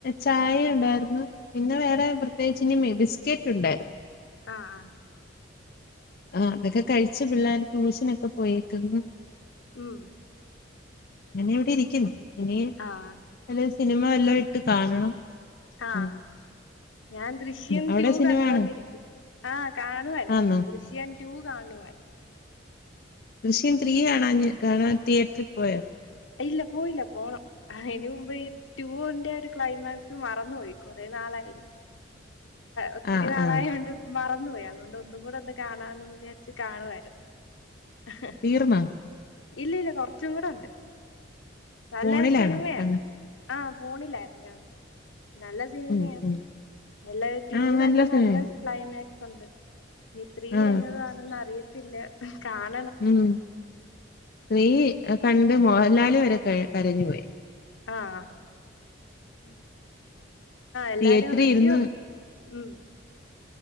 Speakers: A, on the left; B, on the left.
A: ചായ ഇണ്ടായിരുന്നു പിന്നെ വേറെ പ്രത്യേകിച്ച് ഇനി ബിസ്ക്കറ്റുണ്ടായിരുന്നു
B: ആഹ് ആഹ്
A: ആഹ് അതൊക്കെ കഴിച്ചു പിള്ളേർ ട്യൂഷനൊക്കെ പോയേക്കുന്നു
B: മ്
A: ങ്ങനെ എവിടെ ഇരിക്കുന്നു ഇനി
B: ആഹ്
A: നല്ലൊരു സിനിമ വല്ലതും ഇട്ട് കാണണം
B: ആഹ്
A: ഉം
B: ഞാൻ ദൃശ്യം
A: അവിടെ
B: ടൂ
A: സിനിമ
B: കണ്ടോണ്ടിരിക്കു
A: കാണോ
B: ആഹ് കാണുവായിരുന്നു
A: ആന്നോ
B: ദൃശ്യം ടൂ കാണുമായിരുന്നു
A: ദൃശ്യം ത്രീ കാണാഞ്ഞ് കണാൻ തിയേറ്ററിൽ പോയോ
B: ഇല്ല പോയില്ല പോണം അയ്ന് മുമ്പ് ഈ ടൂ വിന്റെ ഒരു ക്ലൈമാക്സ് മറന്നുപോയി കൊറെ നാളായി ഒത്തിരി
A: ആ
B: നാളായോണ്ട്
A: ആ
B: മറന്നു പോയി അതുകൊണ്ട് ഒന്നും കൂടെ ഒന്ന് കാണാമെന്ന് വിചാരിച്ച് കാണുവായിരുന്നു ഓഹ്
A: തീർന്ന
B: ഇല്ല ഇല്ല്യ കൊറച്ചുകൂടെ ഉണ്ട് നല്ല
A: ഫോണിലാണോ
B: സിനിമയാ
A: കണ്ണ്
B: ആഹ് ഫോണിലായിരുന്നു കാണുന്ന നല്ല സിനിമയാ
A: ഉം ഉം
B: അല്ല ടൂ
A: ആ
B: തന്നെ
A: സിനിമയാ
B: നല്ല ക്ലൈമാക്സ് ഉണ്ട് ഇനി ത്രീ
A: ആ
B: എങ്ങനാന്ന് അറിയത്തില്ല കണ്
A: ഉം ത്രീ കണ്ട് മോഹൻലാൽ വരെ കരഞ്ഞു പോയി
B: ആഹ് എല്ലാരും
A: തിയേറ്ററിൽ
B: റിവ്യൂ
A: ഇരുന്ന്
B: ഉം